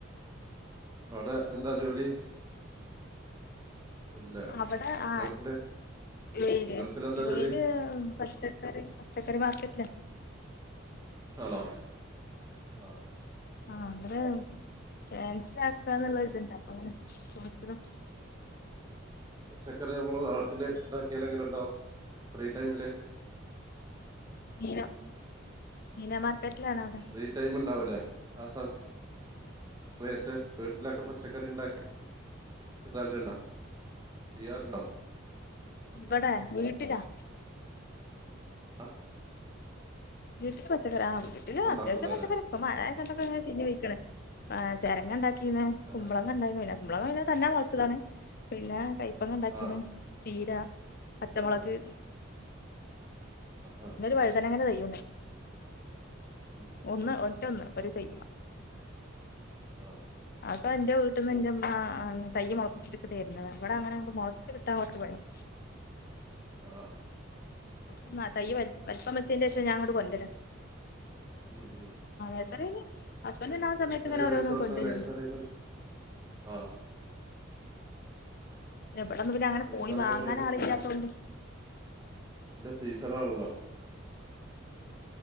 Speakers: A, on the right (about 20°); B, on the left (about 50°).
A: അവിടെ എന്താ ജോലി? പിന്നെ
B: അവിടെ ആ
A: ഗൾഫില്
B: മെയില്
A: ഗൾഫിൽ എന്താ
B: മെയില്
A: ജോലി
B: പച്ചക്കറി ച്ചക്കറി മാർക്കറ്റിലാ.
A: <unintelligible> ആഹ്
B: ആഹ് അത് ക്യാൻസൽ ആക്കാന്നുള്ള ഇതുണ്ട അങ്ങനെ ചോയ്ച്ചതാ.
A: പച്ചക്കറി നമ്മള് നാട്ടില് ഉണ്ടാക്കിയാല എങ്ങനെ ഉണ്ടാവും ഫ്രീ ടൈമില്?
B: <unintelligible> മാർക്കറ്റിലാണ് അവിടെ
A: ഫ്രീ ടൈം ഉണ്ടാവുംല്ലേ ആ സ മയത്ത് വീട്ടിലൊക്കെ പച്ചക്കറി ഉണ്ടാ <unintelligible> ചെയ്യാറുണ്ടോ?
B: ഇവിടെ വീട്ടിലാ?
A: ആഹ്
B: വീട്ടിൽ പച്ച പച്ചക്കറി ആ വീട്ടിൽ
A: ഒന്നും ഉണ്ടാക്കൂലല്ലേ
B: അത്യാവശ്യം പച്ചക്കറി ഇപ്പോ മഴയായതുകൊണ്ടൊക്കെ അങ്ങനെ <unintelligible> ആ ചിരങ്ങണ്ടാ
A: ആ
B: കുമ്പളങ്ങണ്ടെ കുമ്പളങ്ങ ക തന്നെ മുളതാണ് പിന്നെ ഇപ്പ ഉണ്ടാക്കിന്ന്
A: ആ
B: ചീര പച്ചമുളക്
A: ആ ആ
B: <inaudible> <inaudible>
A: ഉം
B: ഒന്ന് റ്റൊന്ന് ഒരു തൈ
A: ആ
B: അപ്പൊ എന്റെ വീട്ടിൽ നിന്ന് എന്റെമ്മ തയ്യ മുളപ്പിച്ചിടുക്ക തരുന്നത് അവിടെ അങ്ങനെ മുളച്ച കിട്ടാൻ കുറച്ച് പറയയും
A: ആഹ
B: കൊറച്ച തയ്യ വലപ്പം വച്ചേന്റെ ശേഷം ഞാങ്ങോട് കൊണ്ടുവന്ന്
A: ഉം ഉം
B: ആസ ഹസ്ബൻഡ
A: നഴ്സ്
B: സമയത്ത്
A: ചെറിയ
B: ഇങ്ങനെ ഓരോന്നും
A: പൈസ കൊടുത്താ
B: കൊണ്ടരുണ്ട്
A: നഴ്സറിന്നല്ല ആ
B: എവിടെന്ന് പിന്നെ അങ്ങനെ
A: അപ്പൊ
B: പോയി
A: ഈ സമയത്ത്
B: വാങ്ങാൻ
A: അതിന്റെ
B: ആള ഇല്ലാത്തൊണ്ട്
A: സീസൺ ആണെലോ